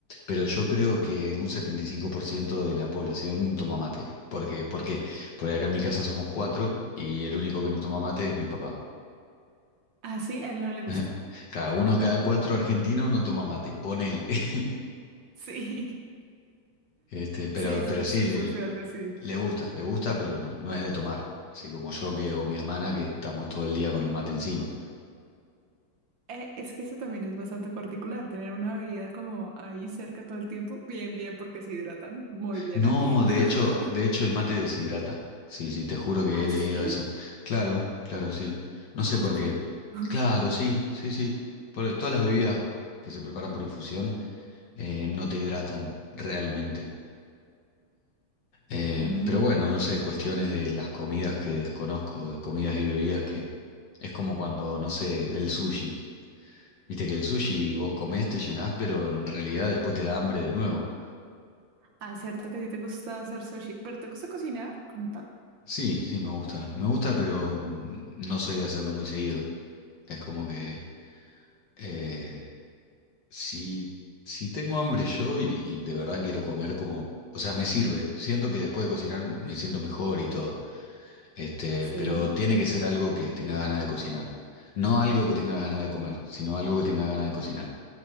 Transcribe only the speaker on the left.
Pero yo creo que un 75% de la población toma mate. ¿Por qué? ¿Por qué? Porque acá en mi casa somos cuatro y el único que no toma mate es mi papá.
<laughs> Cada uno, cada cuatro argentinos no toma mate, ponele. <laughs>
Este, pero,
pero sí,
le,
le gusta, le gusta, pero no, no es de tomar. Así como yo que, o mi hermana que estamos todo el día con el mate encima.
No,
de hecho, de hecho el mate deshidrata. Sí, sí, te juro que
he leído
eso. Claro, claro, sí. No
sé por
qué.
Claro, sí, sí, sí. Por- todas las bebidas que se preparan por infusión eh, no te hidratan realmente. Eh,
pero bueno, no sé, cuestiones de las comidas que desconozco, de comidas y bebidas que es como cuando, no sé, el sushi. Viste que el sushi vos comés, te llenás, pero en realidad después te da hambre de nuevo.
Sí, sí, me gusta. Me gusta, pero mm, no soy de hacerlo muy seguido. Es como que eh, si, si tengo hambre yo y, y de verdad quiero comer como, o sea, me sirve. Siento que después de cocinar me siento mejor y todo. Este,
pero tiene que ser algo que tenga ganas de cocinar. No algo que tenga ganas de comer, sino algo que tenga ganas de cocinar.